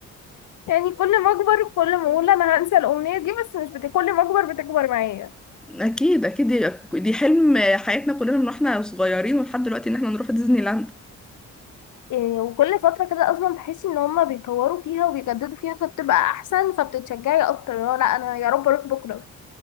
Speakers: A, on the left; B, in the centre.
A: يعني كل ما أكبر كل ما أقول أنا هنسى الأمنية دي بس مش بت... كل ما أكبر بتكبر معايا
B: اكيد اكيد دي, دي حلم حياتنا كلنا من واحنا صغيرين ولحد دلوقتي ان احنا نروح ديزني لاند
A: إيه، وكل فترة كده أصلا تحسي إن هما بيطوروا فيها وبيجددوا فيها فبتبقى أحسن فبتتشجعي أكتر اللي هو لأ أنا يا رب أروح بكرة